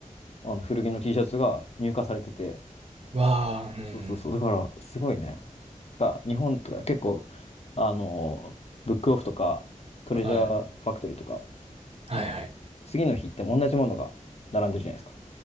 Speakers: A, on the left; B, on the right.
A: あの、古着の T シャツが入荷されてて、
B: わあ、うん。
A: そうそうそう、だから、すごいね。が、日本とか結構、あの、ブックオフとか、トレジャーファクトリーとか、
B: はい。はいはい。
A: なんか、次の日行っても同じものが並んでるじゃないですか。